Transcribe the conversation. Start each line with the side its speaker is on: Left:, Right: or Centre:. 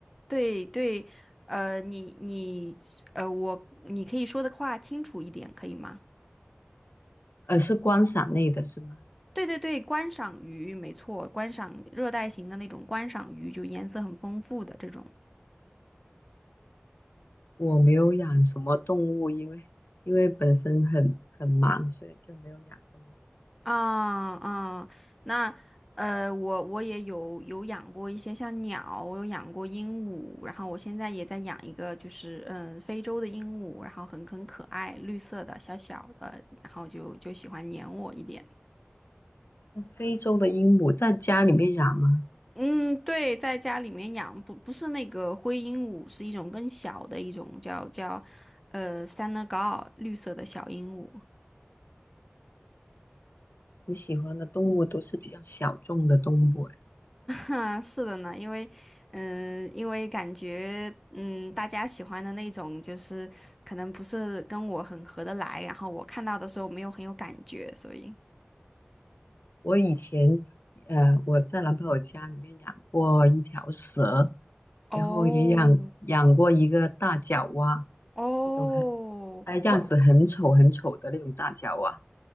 Centre: 对对，呃，你你呃我你可以说的话清楚一点，可以吗？
Left: 呃，是观赏类的是吗？
Centre: 对对对，观赏鱼没错，观赏热带型的那种观赏鱼，就颜色很丰富的这种。
Left: 我没有养什么动物，因为因为本身很很忙，所以就没有养动物。
Centre: 啊啊，那呃，我我也有有养过一些像鸟，我有养过鹦鹉，然后我现在也在养一个，就是嗯，非洲的鹦鹉，然后很很可爱，绿色的小小的，然后就就喜欢粘我一点。
Left: 那非洲的鹦鹉在家里面养吗？
Centre: 嗯，对，在家里面养不不是那个灰鹦鹉，是一种更小的一种叫叫呃 Senegal 绿色的小鹦鹉。
Left: 你喜欢的动物都是比较小众的动物哎，
Centre: 嗯，是的呢，因为，嗯，因为感觉，嗯，大家喜欢的那种，就是可能不是跟我很合得来，然后我看到的时候没有很有感觉，所以，
Left: 我以前，呃，我在男朋友家里面养过一条蛇，
Centre: 哦，
Left: 然后也养养过一个大脚蛙，
Centre: 哦，
Left: 那种很，哎，样子很丑很丑的那种大脚蛙。
Centre: 我